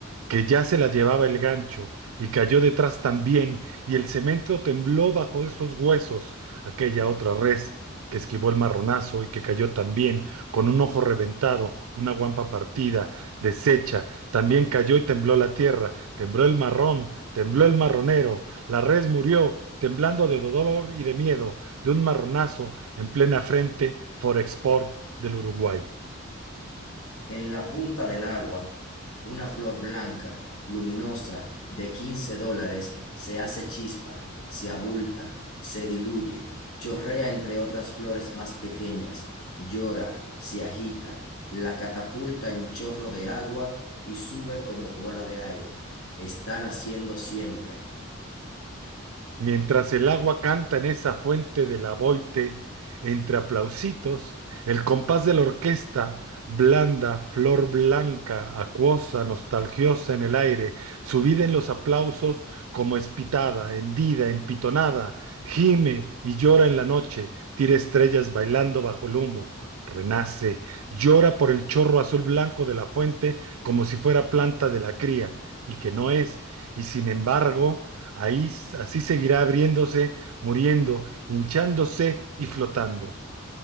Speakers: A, on the right (about 80°); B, on the left (about 80°).
A: que ya se la llevaba el gancho, y cayó detrás también, y el cemento tembló bajo esos huesos, aquella otra res que esquivó el marronazo y que cayó también, con un ojo reventado, una guampa partida, deshecha, también cayó y tembló la tierra, tembló el marrón, tembló el marronero, la res murió, temblando de dolor y de miedo, de un marronazo en plena frente Forexport del Uruguay.
B: En la punta del agua, una flor blanca, luminosa, de 15 dólares, se hace chispa, se abulta, se diluye, chorrea entre otras flores más pequeñas, llora, se agita, la catapulta en chorro de agua y sube como bola de aire. Están haciendo siempre.
A: Mientras el agua canta en esa fuente del Aboite, entre aplausitos, el compás de la orquesta, blanda, flor blanca, acuosa, nostalgiosa en el aire, subida en los aplausos como espitada, hendida, empitonada, gime y llora en la noche, tira estrellas bailando bajo el humo. Renace, llora por el chorro azul blanco de la fuente como si fuera planta de la cría, y que no es, y sin embargo, ahí s- así seguirá abriéndose, muriendo, hinchándose y flotando.